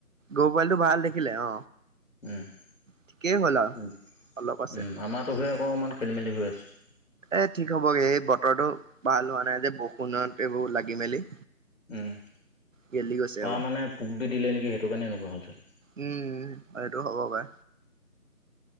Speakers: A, on the right; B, on the left.
A: গৰুৰ পোৱালীটো ভাল দেখিলে, অ
B: উম
A: ঠিকেই হ'ল আৰু
B: উ উম
A: অলপ আছে
B: আমাৰ তো ধেৰ অকণমান খেলি মেলি হৈ আছে।
A: এ ঠিক হ'বগে, এই বতৰটো ভাল হোৱা নাই যে বৰষুণত এইবোৰ লাগি মেলি।
B: উম,
A: গেলি গৈছে
B: তাৰ
A: আকৌ
B: মানে পোক দি দিলে নেকি সেইটো কাৰণে এনেকুৱা হ'ল চাগে।
A: উম এইটো হ'ব পাৰে।